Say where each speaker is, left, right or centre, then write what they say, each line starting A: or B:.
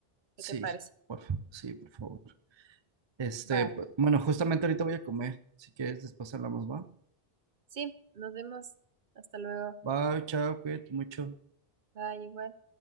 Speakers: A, on the right; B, on the right.
A: Sí,
B: ¿Qué te parece?
A: por, fa- sí, por favor. Este,
B: Va.
A: p- bueno, justamente ahorita voy a comer. Si quieres, después hablamos, ¿va?
B: Sí, nos vemos. Hasta luego.
A: Bye, chao, cuídate mucho.
B: Bye, igual.